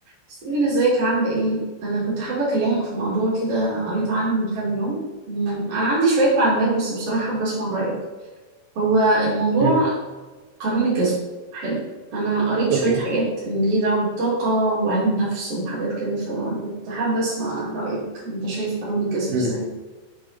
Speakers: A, on the right (about 40°); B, on the right (about 70°).
A: سيفل ازيك عاملة ايه؟ أنا كنت حابة أكلمك في موضوع كده قريت عنه من كام يوم مم، أنا عندي شوية معلومات بس بصراحة حابة أسمع رأيك هو الموضوع
B: مم.
A: قانون الجذب حلو أنا قريت شوية
B: اوكي
A: حاجات إن ليه دعوة بالطاقة وعلم النفس وحاجات كده فكنت حابة أسمع رأيك أنت شايف قانون الجذب
B: مم.
A: ازاي؟